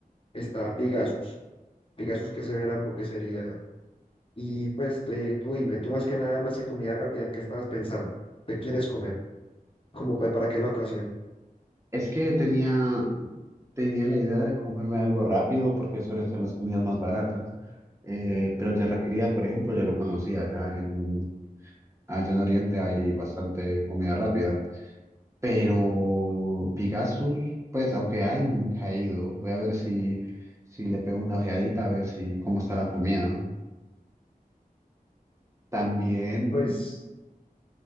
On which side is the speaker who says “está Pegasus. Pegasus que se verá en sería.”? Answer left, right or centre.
Left